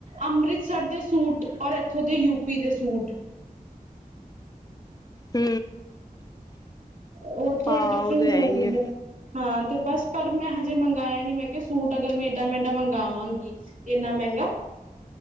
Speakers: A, on the right; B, on the left.
A: ਅੰਮ੍ਰਿਤਸਰ ਦੇ ਸੂਟ ਔਰ ਇੱਥੋਂ ਦੇ ਯੂਪੀ ਦੇ ਸੂਟ।
B: ਹੂੰ!
A: ਉਹ ਥੋੜਾ
B: ਹਾਂ
A: ਡਿਫਰੈਂਸ
B: ਉਹ ਤੇ ਹੈ
A: ਆ
B: ਹੀ
A: ਜਾਂਦਾ
B: ਹੈ
A: ਹਾ ਤੇ ਬਸ ਪਰ ਮੈਂ ਹਜੇ ਮੰਗਾਇਆ ਨਹੀਂ ਮੈਂ ਕਿਹਾ ਸੂਟ ਅਗਰ ਮੈਂ ਏਦਾ ਮੈਂਡਾ ਮੰਗਾਵਾਂਗੀ ਏਨਾ ਮਹਿੰਗਾ।